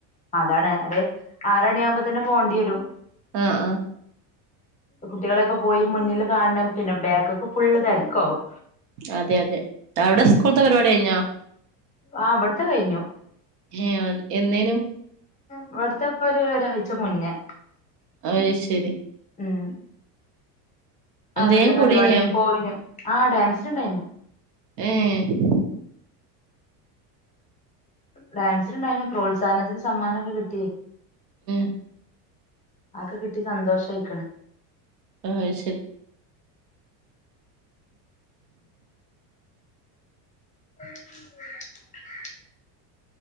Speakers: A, on the left (about 15°); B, on the right (about 75°).
A: അതാണ് അതേ ആറണി ആമ്പോ തന്നെ പോണ്ടി വരും
B: ആഹ് ആഹ്
A: കുട്ടികളെയൊക്കെ പോയി മുന്നില് കാണണം പിന്നെ ബാക്കൊക്കെ ഫുള്ള് തിരക്കാവും
B: അതെ അതെ അവിടെ സ്കൂൾത്തെ പരിപാടി കഴിഞ്ഞാ
A: ആഹ് ഇവിടുത്തെ കഴിഞ്ഞു
B: ഹേ എന്ന്
A: ഇവിടത്തെപ്പ ഒരു ഒരാഴ്ച മുന്നേ
B: അയ് ശരി
A: ഉം
B: എന്തേലും
A: ആഹ് നല്ല പരിപാടിന്
B: കൂടീനിയോ
A: പോയിനു ആഹ് ഡാൻസിനിണ്ടായിരുന്നു
B: ഏഹ്
A: ഡാൻസിനുണ്ടായിരുന്നു പ്രോത്സാഹനത്തിന് സമ്മാനോക്കെ കിട്ടി
B: ഉം
A: ആ ഒക്കെ കിട്ടി സന്തോഷായിക്കണ്
B: ആഹ് അയ് ശരി
A: <inaudible>